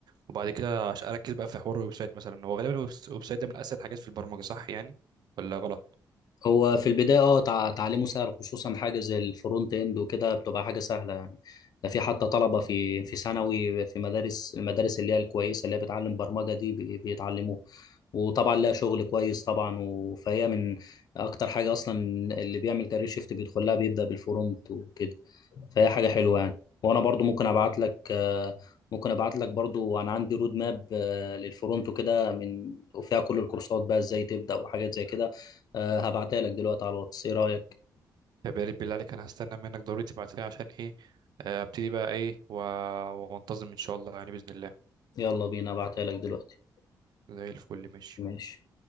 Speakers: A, on the right; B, on the left.
A: وبعد كده عش- اركز بقى في حوار الويب سايت مثلا هو غالبا الويب الويب سايت ده من اسهل الحاجات في البرمجه صح يعني ولا غلط
B: هو في البداية اه تع- تعليمه سهل خصوصا حاجة زي الفرونت اند وكده بتبقى حاجة سهلة يعني ده في حتى طلبة في في ثانوي في مدارس المدارس اللي هي الكويسة اللي هي بتعلم برمجة دي بي- بيتعلموها وطبعا لها شغل كويس طبعا و- فهي من اكتر حاجة اصلا اللي بيعمل كارير شيفت بيدخلها بيبدأ بالفرونت وكده فهي حاجة حلوة يعني وانا برضو ممكن ابعت لك آه، ممكن ابعت لك برضو انا عندي رود ماب آه، للفرونتو كده من وفيها كل الكورسات بقى ازاي تبدأ وحاجات زي كده آه، هبعتها لك دلوقتي على الواتس ايه رأيك
A: طب يا ريت بالله عليك انا هستنى منك ضروري تبعتها لي عشان ايه آه، ابتدي بقى ايه و- وانتظم ان شاء الله يعني باذن الله
B: يلا بينا ابعتها لك دلوقتي
A: زي الفل ماشي
B: ماشي